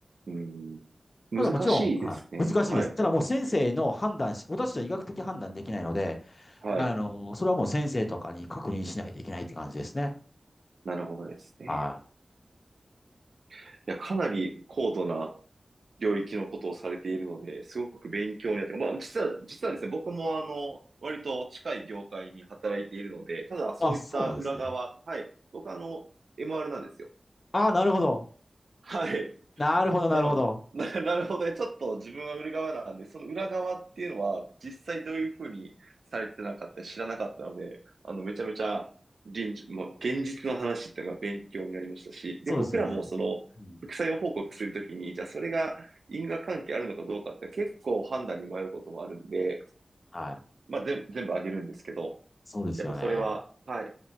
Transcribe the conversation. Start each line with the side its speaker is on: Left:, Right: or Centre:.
Right: うん。難しいですね。
Left: ただもちろん、はい、難しいです。
Right: はい。
Left: ただもう先生の判断し、私は医学的判断できないので、
Right: はい。
Left: あの、それはもう先生とかに確認しないといけないって感じですね。
Right: なるほどですね。
Left: はい。
Right: いや、かなり高度な領域のことをされているので、すごく勉強になって、まあ、実は、実はですね、僕もあの、割と近い業界に働いているので、ただそういった裏側、
Left: あ、そうなんですね。
Right: はい。僕はあの、MR なんですよ。
Left: ああ、なるほど。
Right: はい。
Left: なるほど、なるほど。
Right: なの、<laughs> な、なるほどね。ちょっと自分は売る側なんで、その裏側っていうのは、実際どういうふうにされてなかった知らなかったので、あの、めちゃめちゃ臨時、もう現実の話っていうのが勉強になりましたし、で、
Left: そうですよね。
Right: 僕らもその、
Left: うん。
Right: 副作用報告するときに、じゃあそれが因果関係あるのかどうかって結構判断に迷うこともあるんで、
Left: はい。
Right: まあ全、全部あげるんですけど、
Left: そうですよね。
Right: やっぱそれは、はい、